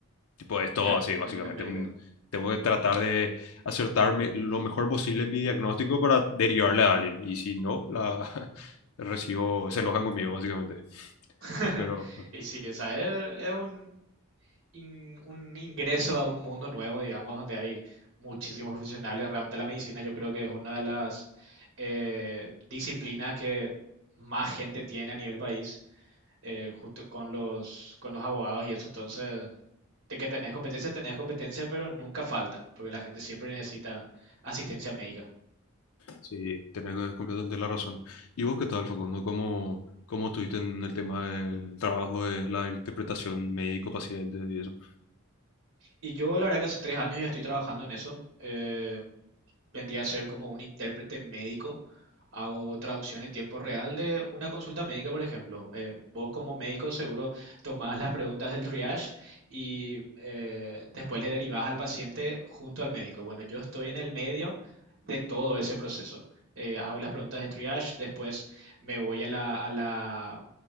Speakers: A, on the left; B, on the right.
A: Tipo, es todo
B: Ya,
A: así, básicamente.
B: clínica médica.
A: Un, tengo que tratar de acertarme lo mejor posible en mi diagnóstico para derivarle a alguien. Y si no, la <laughs> recibo, se enojan conmigo, básicamente.
B: <laughs>
A: Pero
B: Y sí, o sea, es, es un in- un ingreso a un mundo nuevo, digamos, donde hay muchísimos profesionales. Realmente la medicina yo creo que es una de las eh, disciplinas que más gente tiene a nivel país, eh, justo con los, con los abogados y eso. Entonces, de que tenés competencia, tenés competencia, pero nunca falta, porque la gente siempre necesita asistencia médica.
A: sí, tenés completamente la razón. ¿Y vos qué tal, Facundo? ¿Cómo, cómo estuviste en el tema del trabajo de la interpretación médico-paciente y eso?
B: Y yo, la verdad que hace tres años ya estoy trabajando en eso. eh, vendría a ser como un intérprete médico. Hago traducción en tiempo real de una consulta médica, por ejemplo. Eh, vos como médico seguro tomás las preguntas del triage y eh, después le derivás al paciente junto al médico. Bueno, yo estoy en el medio de todo ese proceso. Eh, hago las preguntas de triage, después me voy a la, a la,